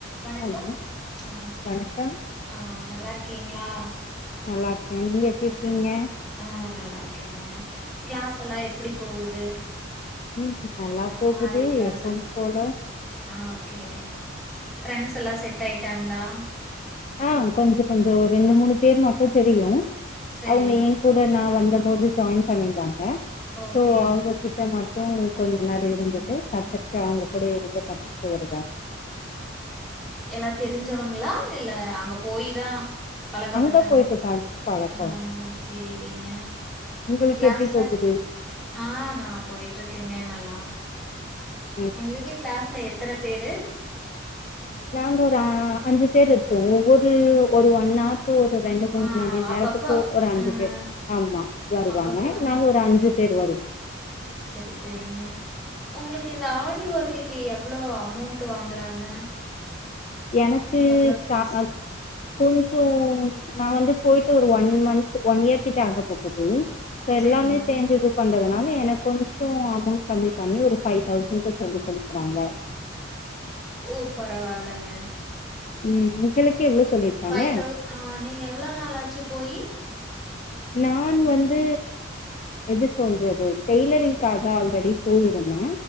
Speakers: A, in the centre; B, on the left.
A: வணக்கம்
B: ஹலோ
A: அ
B: வணக்கம்
A: ஆ நல்லா இருக்கீங்களா
B: நல்லா இருக்கே நீங்க எப்டி இருக்கீங்க
A: அ அ நல்லா இருக்கேங்க கிளாஸ் எல்லா எப்பிடி போகுது
B: ம் நல்லா
A: ஆ
B: போகுது
A: ஆரி க்ளாஸு
B: எப்பவும் போல
A: ஆ ஓகே ஃப்ரெண்ட்ஸ் எல்லா செட் ஆயிட்டாங்களா
B: ஆ கொஞ்ச கொஞ்சோ ஒரு ரெண்டு மூணு பேர் மட்டு தெரியு
A: சரி
B: அவுங்க ஏ கூட நா வந் த போது ஜாயின் பண்ணிருந்தாங்க
A: ஓகே
B: சோ அவுங்க கிட்ட மட்டு கொஞ்ச நேர இருந்துட்டு
A: ம்
B: கத்துக்கிட்டு
A: ம்
B: அவுங்க கூடயே இருந்து கத்துக்கிட்டு வருவே
A: நல்லா தெரிஞ்சவங்களா இல்ல அங்க போயிதா பழக்கப்பட்டன்
B: அங்க போயிட்டு தா பழக்கோ
A: ஆ சேரிங்க
B: உங்களுக்கு
A: கிளாஸ்ல
B: எப்டி போகுது
A: ஆ நா போயிட்டு இருக்கேங்க நல்லா
B: ம்
A: உங்களுக்கே கிளாஸ்ல எத் எத்தன பேரு
B: நாங்க ஒரு அ அஞ்சு பேர் இருப்போ ஒவ்வொரு ஒரு ஒன் ஆர்க்கு ஒரு ரெண்டு மூணு
A: ஆ
B: மணி
A: அப்பப்போ
B: நேரத்துக்கு ஒரு அஞ்சு
A: ம்
B: பேர் ஆமா வருவாங்க
A: அப்பப்போ
B: நாங்க ஒரு அஞ்சு பேரு வருவோ
A: செரி செரிங்க உங்களுக் கு இந்த ஆரி ஒர்க்குக்கு எவ்ளோ அமௌண்ட் வாங்குறாங்க
B: எனக்கு
A: எவ்ளோ
B: ஸ்டா
A: ஃபீஸ்?
B: அ கொஞ்சோ நா வந்து போயிட்டு ஒரு ஒன் மந்த் ஒன் இயர் கிட்ட ஆகப் போகுது சோ
A: சரிங்க.
B: எல்லாமே சேந்து இது பண்றதுனால எனக்கு கொஞ்சோ அமௌண்ட் கம்மி பண்ணி ஒரு ஃபைவ் தௌசண்க்கு சொல்லி குடுக்குறாங்க
A: ஓ பரவால்லங்க
B: ம் உங்களுக்கு எவ்ளோ சொல்லிருக்காங்க
A: ஃபைவ் தௌ ஆ நீங்க எவ்ளோ நாளாச்சு போயி
B: நான் வந்து எப்டி சொல்றது டெய்லரிங்க்காக ஆல்ரெடி போயிருந்தே